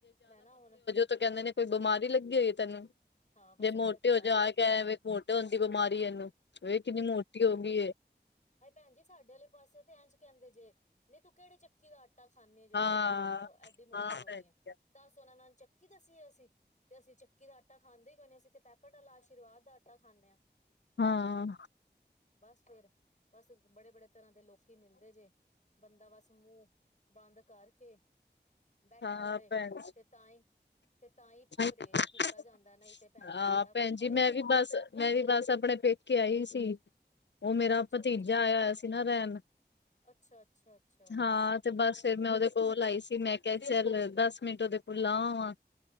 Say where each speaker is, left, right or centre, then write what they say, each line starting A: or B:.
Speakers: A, on the left; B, on the left.
A: ਮੈਂ ਨਾ ਹੁਣ
B: ਤੇ ਕਹਿੰਦੇ ਨੇ ਕੋਈ ਬਿਮਾਰੀ ਲੱਗੀ ਹੋਈ ਏ ਤੈਨੂੰ।
A: ਹਾਂ ਬਸ
B: ਜੇ ਮੋਟੇ
A: ਇਹੀਓ ਤੇ ਗੱਲ
B: ਹੋ ਜਾ
A: ਹੈਗੀ
B: ਆਏ ਕੇ
A: ਭੈਣ ਜੀ
B: ਮੋਟੇ ਹੁੰਦੀ ਬਿਮਾਰੀ ਇਹਨੂੰ ਵੇਖ ਕਿੰਨੀ ਮੋਟੀ ਹੋ ਗਈ ਏ।
A: ਹਾਏ ਪੈਂਣਜੀ ਸਾਡੇ ਆਲੇ ਪਾਸੇ ਤੇ ਇਂਝ ਕਹਿੰਦੇ ਜੇ ਨੀ ਤੂੰ ਕਿਹੜੀ ਚੱਕੀ ਦਾ ਆ ਟਾ ਖਾਂਣੀ ਏ ਜਿਹੜੀ
B: ਹਾਂ
A: ਐਡਾ ਮੋਟਾ ਐਡੀ ਮੋਟੀ
B: ਹਾਂ
A: ਹੋ
B: ਭੈਣ
A: ਗਈ
B: ਜੀ।
A: ਏ। ਦਸ ਉਹਨਾਂ ਨੂੰ ਹਣ ਚੱਕੀ ਦੱਸੀਏ ਅਸੀਂ ਬਈ ਅਸੀਂ ਚੱਕੀ ਦਾ ਆ ਟਾ ਖਾਂਦੇ ਹੀ ਕੋਈ ਨੀ ਅਸੀਂ ਤੇ ਪੈਕੇਟ ਵਾਲਾ ਆਸ਼ੀਰਵਾਦ ਦਾ ਆਟਾ ਖਾਂਣੇ ਹਾਂ।
B: ਹਾਂ
A: ਬਸ ਫੇਰ ਬਸ ਬੜੇ-ਬੜੇ ਤਰ੍ਹਾਂ ਦੇ ਲੋਕੀ ਮਿਲਦੇ ਜੇ। ਬੰਦਾ ਬਸ ਮੂੰਹ ਬੰਦ ਕਰਕੇ ਬੈਠਾ
B: ਹਾਂ
A: ਰਵੇ
B: ਭੈਣ
A: ਤੇ ਤਾਂ ਹੀ- ਤੇ ਤਾਂ ਹੀ
B: ਜੀ।
A: ਪਰਹੇਜ਼ ਕੀ ਤਾ ਜਾਂਦਾ ਨਹੀਂ ਤੇ ਪੈਣ
B: ਅ
A: ਮਜੀ। ਸਾਰਾ
B: ਭੈਣ
A: ਕੁਝ ਖਾ
B: ਜੀ ਮੈਂ
A: ਜਾਂਦਾ।
B: ਵੀ ਬਸ ਮੈਂ ਵੀ ਬਸ ਆਪਣੇ ਪੇਕੇ ਆਈ ਹੋਈ ਸੀ। ਉਹ ਮੇਰਾ
A: ਅੱਛਾ-ਅੱਛਾ,
B: ਭਤੀਜਾ ਆਇਆ ਹੋਇਆ ਸੀ ਨਾ ਰਹਿਣ
A: ਅੱਛਾ-ਅੱਛਾ, ਅੱਛਾ। ਅੱਛਾ ਅੱਛਾ
B: ਹਾਂ। ਤੇ ਬਸ ਫੇਿਰ ਮੈਂ ਉਹਦੇ ਕੋਲ ਆਈ ਸੀ। ਮੈਂ ਕਿਹਾ ਚੱਲ- ਦਸ ਮਿੰਟ ਉਹਦੇ ਕੋਲ ਲਾ ਵਾਂ।